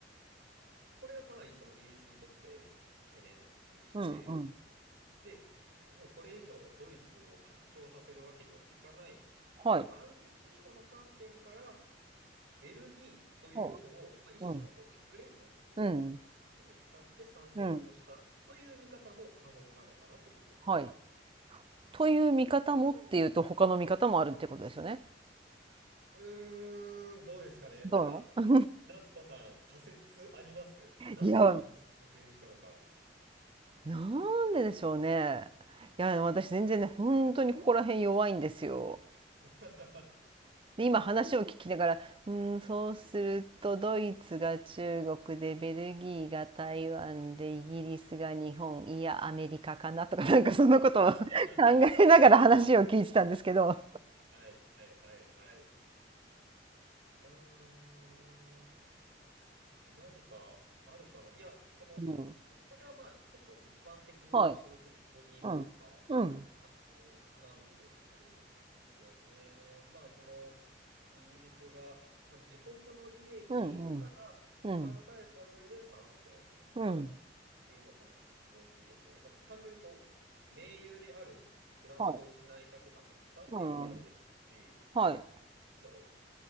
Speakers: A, on the right; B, on the right.
A: これがかなりそのイギリスにとって懸念でして、
B: うん。うん。
A: で、もうこれ以上ドイツを拡張させるわけにはいかないという安全保障の観点から、
B: はい。
A: ベルギーというのを、
B: ほ
A: まあ、一種のこう隠れ蓑といいますか、
B: う。うん。うん。
A: 鉢に使って参戦をしたという見方も可能なのかなというふうに思います。
B: うん。はい。という見方もっていうと他の見方もあるってことですよね。
A: うーん、どうですかね。なんか、
B: ど
A: 夏子さん、仮説ありますなんでイギリス参戦したのか。
B: ういや、なんででしょうね。いや私全然ね本当にここら辺弱いんですよ。
A: <laughs>
B: で今話を聞きながら「うーんそうするとドイツが中国でベルギーが台湾でイギリスが日本いやアメリカかな」とかなんかそんなことを
A: は
B: <laughs> 考えながら話を聞いてたんですけど。
A: い、はい、はい、はい。あー何かあるかないや、その、
B: うん、
A: これはまあ結構一般的な通説と言いますか、
B: はい。うん。うん。
A: あの、なんですよね。まあその、イギリスが、まあ、自国の利益からを考えた上で参戦をしたっ
B: うん。うん。うん。うん
A: ていうのが大きいですよね。まあ単純にこう、盟友であるフランスを失いたくなかったっていうのもあるでしょうし、
B: はい。うん。はい。
A: なんだろう。